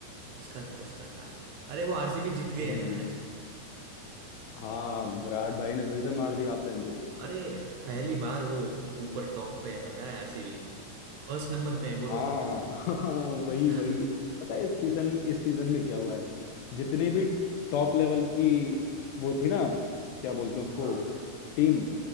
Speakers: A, on the right; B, on the left.
A: उसका था उसका था अरे वो आरसीबी जीत गई
B: हम्म
A: है ना आज
B: हाँ विराट भाई ने फिर से मार दी हाफ सेंचुरी
A: अरे पहली बार वो ऊपर टॉप पे है पता है आरसीबी फर्स्ट नंबर पे है बोलो
B: हाँ
A: अभी तो
B: <laughs> हाँ वही
A: <laughs>
B: वही
A: हाँ
B: पता है इस सीजन में इस सीजन में क्या हुआ है जितने भी टॉप लेवल की वो थी ना क्या बोलते हैं उसको
A: हाँ
B: टीम